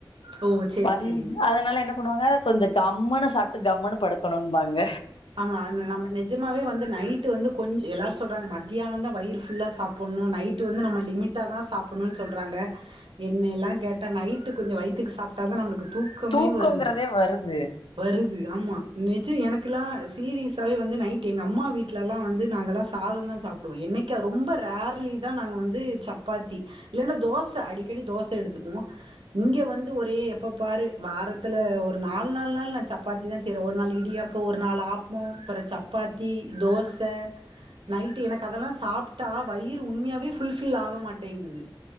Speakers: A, on the right; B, on the left.
A: ஓ சேரி
B: வந்
A: சேரி
B: அதுனால என்ன பண்ணுவாங்க கொஞ்ச கம்முன்னு சாப்ட் ட்டு கம்முன்னு படுக்கணுன்பாங்க
A: நம்ம நிஜமாவே வந்து நைட்டு வந்து கொஞ்ச எல்லாரு சொல்றாங்க மத்தியானந்தா வயிறு ஃபுல்லா சாப் புன்னு நைட்டு வந்து நம்ம லிமிட் ட்டா தா சாப்புன்னுன் சொல்றாங்க என்னையெல்லா கேட்டா நைட்டு கொஞ்ச வயித்துக்கு சாப் டாதா நம்முளுக்கு தூக்கமே
B: தூக்கங்கிறதே
A: வருது
B: வருது
A: வருது ஆமா நெஜோ எனக் லா சீரிஸ்சாவே வந்து நைட்டு எங்க அம்மா வீட்லெல்லா வந்து நாங்க எல்லா சாதோநாதா சாப்டுவோ என்னைக் கா ரொம்போ ரேர்லி தா நாங்க வந்து சப்பாத்தி இல்லன்னா தோச அடிக்கடி தோச எடுத்துக்குவோ இங்க வந்து ஒரே எப்ப பாரு வாரத்துல ஒரு நாலு நாள் நாள் நா சப்பாத்திதா செய்றே ஒரு நாள் இடியாப் இப்போ ஒரு நாள் ஆப்போ அப்பறோ சப்பாத்தி தோச நைட்டு எனக்கு அதெல்லா சாப்புட்டா வயிறு உண்மையாவே ஃபுல்ஃபில் ஆக மாட்டேங்குது